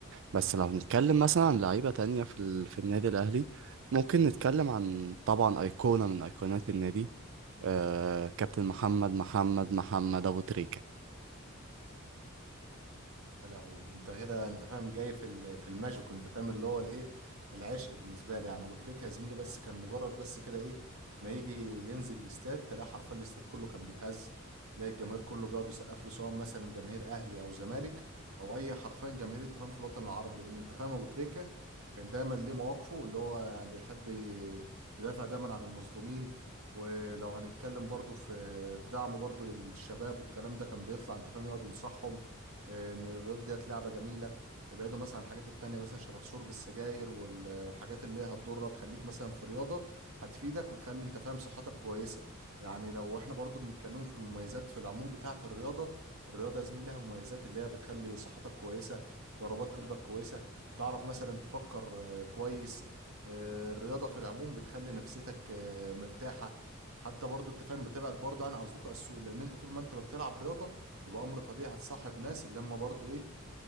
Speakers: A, on the right; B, on the right.
A: بس لو نتكلم مثلا عن لعيبة تانية في ال... في النادي الأهلي ممكن نتكلم عن طبعا أيقونة من أيقونات النادي آه... كابتن محمد محمد محمد أبو تريكة
B: يا لهوي انت كده انت فاهم جاي في ال- في الماجيك وانت فاهم اللي هو الايه العشق بالنسبه لي يعني ابو تريكه يا زميلي بس كان مجرد بس كده ايه ما يجي ينزل الاستاد تلاقي حرفيا الاستاد كله كان بيتهز تلاقي الجماهير كله بيقعد يسقف له سواء مثلا جماهير اهلي او زمالك او اي حرفيا جماهير انت فاهم في الوطن العربي لان انت فاهم ابو تريكه كان دايما ليه مواقفه اللي هو يعني بيحب ي- يدافع دايما عن المظلومين ولو هنتكلم برضه في في دعمه برضه للشباب والكلام ده كان بيطلع انت فاهم يقعد ينصحهم آه، ان الرياضه ديت لعبه جميله ابعدوا مثلا عن الحاجات التانية مثلا شبه شرب السجاير وال- والحاجات اللي هي هتضرك خليك مثلا في رياضة هتفيدك وتخلي انت فاهم صحتك كويسة يعني لو احنا برضو بنتكلم في المميزات في العموم بتاعة الرياضة الرياضة يا زميلي لها مميزات اللي هي بتخلي صحتك كويسة ضربات قلبك كويسة تعرف مثلا تفكر آه، كويس آه، الرياضة في العموم بتخلي نفسيتك آه، مرتاحة حتى برضو انت فاهم بتبعد برضو عن اصدقاء السوء لان انت طول ما انت ما بتلعب رياضة يبقى امر طبيعي هتصاحب ناس اللي هم برضو ايه